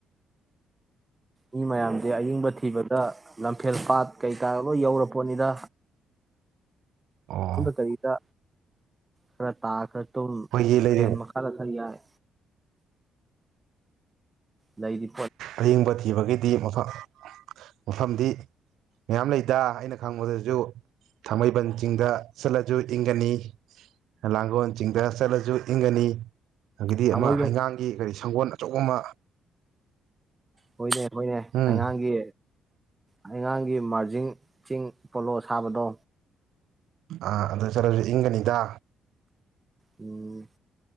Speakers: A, on the right; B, on the right.
A: ꯃꯤ ꯃꯌꯥꯝꯁꯦ ꯑꯌꯤꯡꯕ ꯊꯤꯕꯗ ꯂꯝꯐꯦꯜ ꯄꯥꯠ ꯀꯩꯀꯥ ꯂꯣꯏ ꯌꯧꯔꯄꯣꯠꯅꯤꯗ
B: ꯑꯣ
A: ꯗ ꯀꯔꯤꯗ ꯈꯔ ꯇꯥ ꯈꯔ ꯇꯨꯝ
B: ꯑꯩꯈꯣꯏꯒꯤ ꯂꯩꯔꯤꯕ
A: ꯐꯦꯟ ꯃꯈꯥꯗ ꯈꯔ ꯌꯥꯏ ꯂꯩꯏꯗꯤ
B: ꯑꯌꯤꯡꯕ ꯊꯤꯕꯒꯤ ꯗꯤ ꯃꯐꯝ ꯃꯐꯝꯗꯤ ꯃꯌꯥꯝ ꯂꯩꯗ ꯑꯩꯅ ꯈꯪꯕꯗꯁꯨ ꯊꯥꯡꯃꯩꯕꯟ ꯆꯤꯡꯗ ꯆꯠꯂꯁꯨ ꯏꯪꯒꯅꯤ ꯂꯥꯡꯒꯣꯜ ꯆꯤꯡꯗ ꯆꯠꯂꯁꯨ ꯏꯪꯒꯅꯤ ꯑꯒꯤꯗꯤ
A: ꯊꯥꯡꯃꯩꯕ
B: ꯑꯃ ꯍꯩꯉꯥꯡꯒꯤ ꯀꯔꯤꯁ ꯁꯪꯒꯣꯜ ꯑꯆꯧꯕ ꯑꯃ
A: ꯍꯣꯏꯅꯦ ꯍꯣꯏꯅꯦ
B: ꯎꯝ
A: ꯍꯉꯥꯡꯒꯤ ꯍꯩꯉꯥꯡ ꯒꯤ ꯃꯥꯔꯖꯤꯡ ꯆꯤꯡ ꯄꯣꯂꯣ ꯁꯥꯕꯗꯣ
B: ꯑꯥ ꯑꯗꯨ ꯆꯠꯂꯁꯨ ꯏꯪꯒꯅꯤꯗ
A: ꯎꯝ